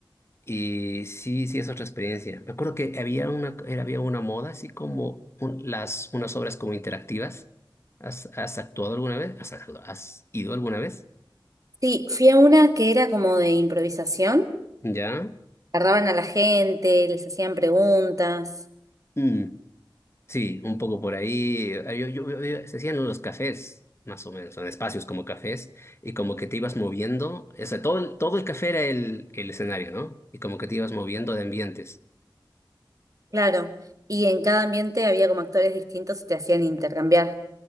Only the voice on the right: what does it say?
Sí, fui a una que era como de improvisación.
Agarraban a la gente, les hacían preguntas.
Claro. Y en cada ambiente había como actores distintos y te hacían intercambiar